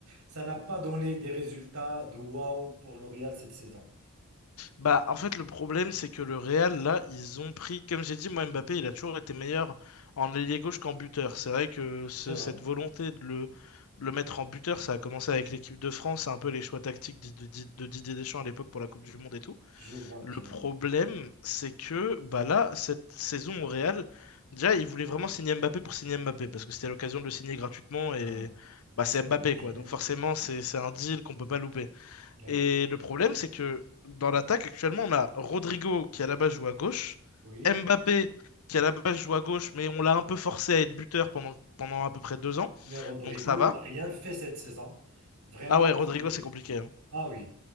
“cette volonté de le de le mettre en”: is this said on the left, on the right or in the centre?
Left